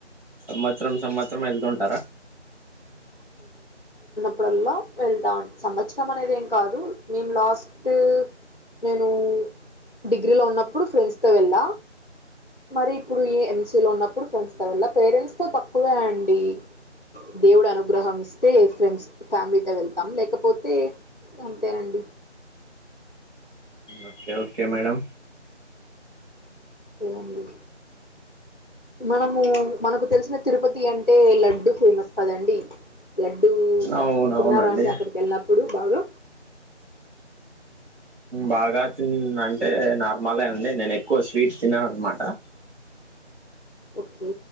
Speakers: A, on the right (about 55°); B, on the left (about 50°).
A: సంవత్సరం సంవత్సరం వెళ్తుంటారా
B: ఇప్పుడల్లా వెళ్తాం సంవత్సరం అనేది ఏం కాదు మేము లాస్ట్ నేను డిగ్రీలో ఉన్నప్పుడు ఫ్రెండ్స్తో వెళ్ళా మరి ఇప్పుడు ఈ ఎం ఉన్నప్పుడు ఫ్రెండ్స్ తో వెళ్ళ పేరెంట్స్ తో తక్కువే అండి దేవుడు అను గ్రహం ఇస్తే ఫ్రెండ్స్ ఫ్యామిలీతో వెళ్తాం లేకపోతే అంతేనండి
A: ఓకే ఓకే మేడం
B: ఏండి మనము మనకు తెలిసిన తిరుపతి అంటే లడ్డు ఫేమస్ కదండి లడ్డూ
A: అవునవునండి
B: తిన్నారా అండి అక్కడికి వెళ్ళినప్పుడు బాగా
A: బాగా తి అ అంటే నార్మల్ అండి నేను ఎక్కువ స్వీట్ తిన్నాను అనమాట
B: ఓకే